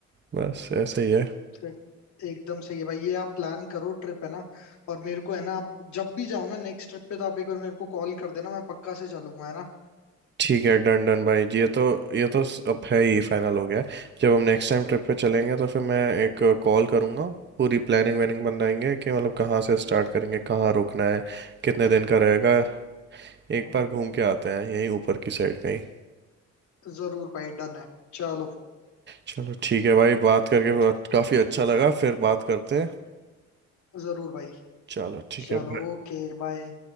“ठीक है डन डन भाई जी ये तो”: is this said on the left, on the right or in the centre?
Right